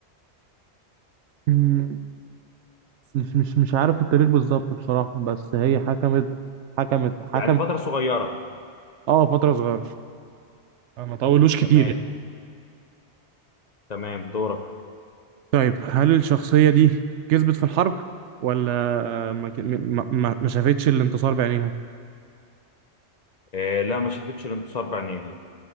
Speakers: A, on the right; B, on the left.
A: أمم، مش مش مش عارف التاريخ بالظبط بصراحة بس هي حكمت حكمت حكمت
B: يعني فترة صغيرة
A: اه فترة صغيرة ما طولوش كتير
B: تمام
A: يعني
B: تمام دورك
A: طيب هل الشخصية دي كسبت في الحرب ولا ما ك- ما ما ما شافتش الانتصار بعينيها
B: آه لا ما شافتش الانتصار بعينيها